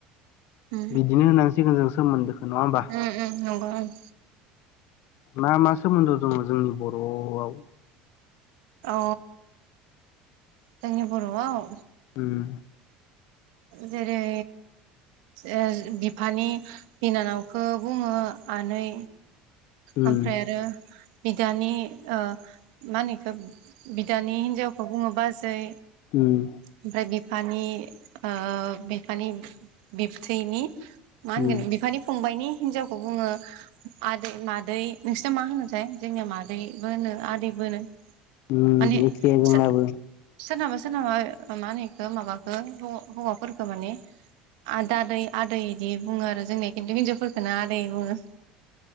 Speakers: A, on the right; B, on the left.
A: उम
B: बिदिनो होनांसिगोन जों सोमोन्दोखौ नङा होमबा?
A: उम उम नंगौ उम
B: मा मा सोमोन्दो दङ जोंनि बर'आव?
A: अ जोंनि बर'आव?
B: उम
A: जेरै ओह बिफानि बिनानावखो बुङो आनै
B: उम
A: ओमफ्राय आरो बिदानि ओह मा होनो ओब बिदानि हिनजावखौ बुङो बाजै
B: उम
A: ओमफ्राय बिफ फानि ओह बिफानि बिबथैनि मा होनगोन
B: उम
A: बिफानि फंबायनि हिनजावखौ बुङो आदै मादै नोंसोरना मा होनोथाय जोंनिया मादैबो होनो आदैबो होनो।
B: उम
A: माने
B: एखे जोंनाबो
A: सो-सोरनाबा सोरनाबा मा होनो इखो माबाखो हौ-हौवाफोरफोरखौ माने आद आदै आदै बिदि बुङो आरो जोंनिया खिन्थु हिन्जावफोरखौनो आदै बुङो।